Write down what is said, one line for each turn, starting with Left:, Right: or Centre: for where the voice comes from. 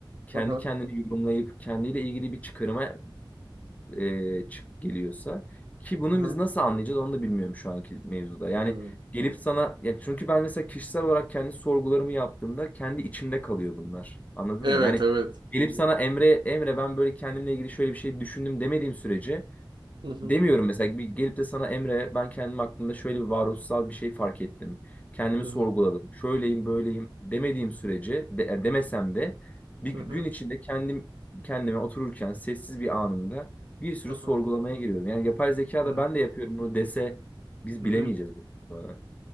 Left: kendi
Right: Hı hı.
Left: kendini yorumlayıp kendiyle ilgili bir çıkarıma e, çık geliyorsa ki bunu
Right: Hı hı.
Left: biz nasıl anlayacağız onu da bilmiyorum şu anki mevzuda. Yani
Right: Hmm.
Left: gelip sana yani çünkü ben mesela kişisel olarak kendi sorgularımı yaptığımda kendi içimde kalıyor bunlar. Anladın
Right: Evet,
Left: mı? Yani
Right: evet.
Left: gelip sana Emre Emre ben böyle kendimle ilgili şöyle bir şey düşündüm demediğim sürece
Right: Hı hı.
Left: Demiyorum mesela bir gelip de sana Emre ben kendim hakkında şöyle bir varoluşsal bir şey fark ettim. Kendimi
Right: Hı
Left: sorguladım.
Right: hı.
Left: Şöyleyim böyleyim demediğim sürece de, e, demesem de bir
Right: Hı
Left: gün
Right: hı.
Left: içinde kendim kendime otururken sessiz bir anımda bir sürü
Right: Hı
Left: sorgulamaya giriyorum. Yani yapay zeka
Right: hı.
Left: da ben de yapıyorum bunu dese biz
Right: Hı
Left: bilemeyeceğiz
Right: hı.
Left: bu. arada.